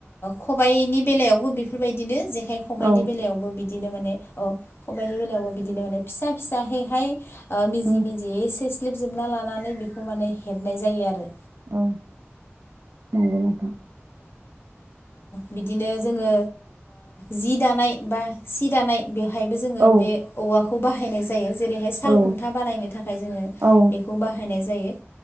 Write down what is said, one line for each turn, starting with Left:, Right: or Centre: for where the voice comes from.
Left: खबाइनि बेलायाव बो बेफोरबायदिनो जेखाय खबाइनि
Right: औ
Left: बेलायावबो बिदिनो माने औ खबाइनि बेलायावबो
Right: औ
Left: बिदिनो माने फिसा फिसाहैहाय मिजि
Right: उम
Left: मिजियै ख्लिबजोबना लानानै बेखौ माने हेबनाय जायो आरो।
Right: औ नंगौ नोंथां
Left: बिदिनो जोङो जि दानाय बा सि दानाय बेवहायबो जोङो
Right: औ
Left: बे औवाखौ बाहायनाय जायो जेरै हाय साल
Right: औ
Left: खुन्था बानायनो थाखाय जोङो
Right: औ
Left: बेखौ बाहायनाय जायो